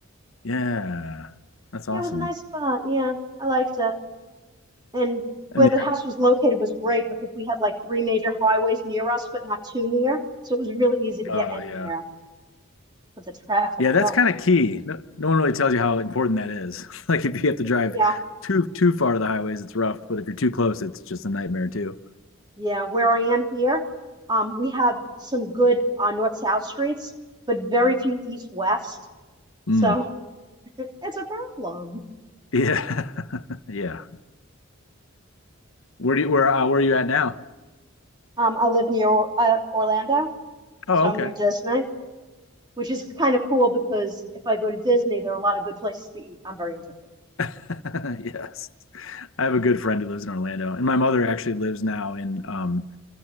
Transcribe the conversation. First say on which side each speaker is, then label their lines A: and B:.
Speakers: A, on the left; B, on the right.
A: Yeah. That's
B: Yeah,
A: awesome.
B: it was a nice spot. Yeah, I liked it. And where
A: And
B: the house was located was great because we had like three major highways near us, but not too near, so it was really easy to
A: the-
B: get
A: uh
B: anywhere.
A: yeah.
B: But the traffic,
A: Yeah, that's
B: oh
A: kind of key. No, no one really tells you how important that is. <laughs> Like if you have to drive
B: yeah,
A: too too far to the highways, it's rough, but if you're too close, it's just a nightmare too.
B: Yeah, where I am here, um, we have some good uh, north-south streets, but very few east-west.
A: Mm.
B: So <laughs> it's a problem.
A: Yeah. <laughs> Yeah. Where do you where uh, where are you at now?
B: Um, I live near Or- uh, Orlando,
A: Oh,
B: so I'm
A: okay.
B: near Disney, which is kind of cool because if I go to Disney, there are a lot of good places to eat. I'm very interested.
A: <laughs> Yes. I have a good friend who lives in Orlando, and my mother actually lives now in um